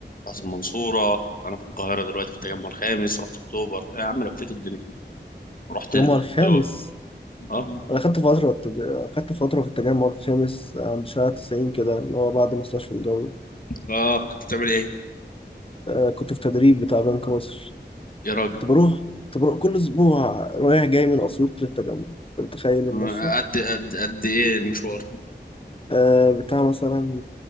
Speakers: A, on the left; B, on the left.
A: رحت المنصوره انا في القاهره دلوقتي في التجمع الخامس رحت اكتوبر إيه يا عم لفيت الدنيا رحت الدول
B: التجمع الخامس
A: اه
B: انا خدت فتره التج... خدت فتره في التجمع الخامس عند شارع 90 كده اللي هو بعد مستشفى الجوي
A: اه كنت بتعمل ايه
B: آه كنت في تدريب بتاع بنك مصر
A: يا راجل
B: كنت بروح كنت بروح كل اسبوع رايح جاي من اسيوط للتجمع انت متخيل المشروع
A: آه، قد قد قد ايه المشوار
B: آه بتاع مثلا